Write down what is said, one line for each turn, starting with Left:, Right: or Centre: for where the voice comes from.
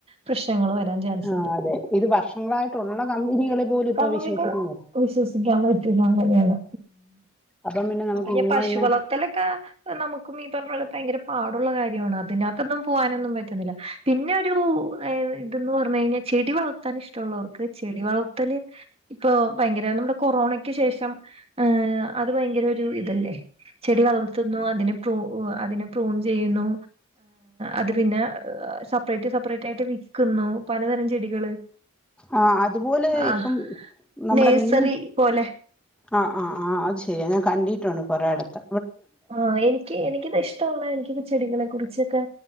Right: പ്രശ്നങ്ങൾ വരാൻ ചാൻസ്ുണ്ട്,
Centre: ആഹ് അതെ ഇത് വർഷങ്ങളായിട്ടുള്ള കമ്പനികളെ പോലും ഇപ്പൊ
Right: ക
Centre: വിശ്വസിക്കുന്നില്ല
Right: വിശ്വസിക്കാൻ പറ്റൂല അങ്ങനെയാണ്,
Centre: അപ്പം പിന്നെ നമുക്ക്
Right: മറ്റേ
Centre: ഇന്നോ
Right: പശു
Centre: ഇന്ന്
Right: വളത്തലൊക്കെ നമുക്കും ഈ പറഞ്ഞ ഭയങ്കര പാടുള്ള കാര്യമാണ്. അതിനകത്തൊന്നും പോകാനൊന്നും പറ്റുന്നില്ല, പിന്നെ ഒരു ഏ ഇതന്ന് പറഞ്ഞു കഴിഞ്ഞാൽ ചെടി വളർത്താൻ ഇഷ്ടമുള്ളവർക്ക് ചെടി വളർത്തല് ഇപ്പൊ ഭയങ്കര നമ്മുടെ കൊറോണയ്ക്ക് ശേഷം ഏഹ അത് ഭയങ്കര ഒരു ഇതല്ലേ ചെടി വളർത്തുന്നു അതിനെ പ്രൂ, അതിനെ പ്രൂൺ ചെയ്യുന്നു. അത് പിന്നെ സെപ്പറേറ്റ് സെപ്പറേറ്റ് ആയിട്ട് വിൽക്കുന്നു പലതരം ചെടികള്
Centre: ആ അതുപോലെ ഇപ്പം
Right: ആഹ്
Centre: നമ്മുടെ
Right: നേഴ്സറി
Centre: മീൻ
Right: പോലെ
Centre: ആ ആ ആ അത് ശെരി ഞാൻ കണ്ടിട്ടുണ്ട് കൊറെേയിടത്ത്.
Right: ആഹ എനിക്ക് എനിക്കിത് ഇഷ്ടുള്ള എനിക്കിത് ചെടികളെ കുറിച്ചൊക്കെ